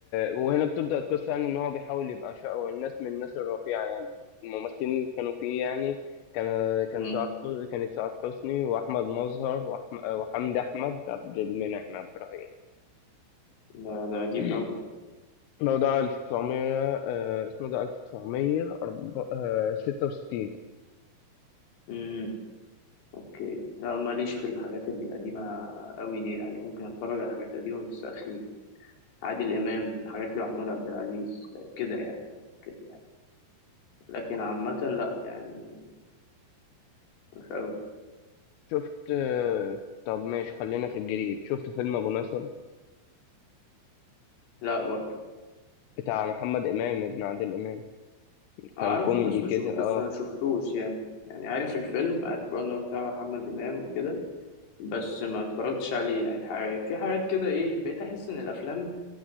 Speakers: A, on the left; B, on the left.
A: وهنا بتبدأ القصة يعني إن هو بيحاول يبقى شقه الناس من الناس الرفيعة يعني الممثلين اللي كانوا فيه يعني كان كان
B: مم.
A: سعاد حسني كانت سعاد حسني وأحمد مظهر وأحم... وحمدي أحمد عبد المنعم عبد الرحيم
B: ده ده قديم
A: <clears throat>
B: قوي ده
A: الموضوع 1900 آه، اسمه ده 1966
B: مم. اوكي لا ماليش في الحاجات القديمه قوي دي يعني ممكن اتفرج على حاجات قديمه بس اخري عادل امام حاجات لمحمود عبد العزيز كده يعني لكن لكن عامه لا يعني مش قوي
A: شفت آه، طب ماشي خلينا في الجديد شفت فيلم أبو نصر
B: لا برضه
A: بتاع محمد إمام ابن عادل إمام
B: اعرفه
A: كان كوميدي
B: بس مش
A: كده
B: بس
A: اه
B: ما شفتوش يعني يعني عارف الفيلم عارف انه بتاع محمد امام وكده بس ما اتفرجتش عليه يعني ح- في حاجات كده ايه بقيت احس ان الافلام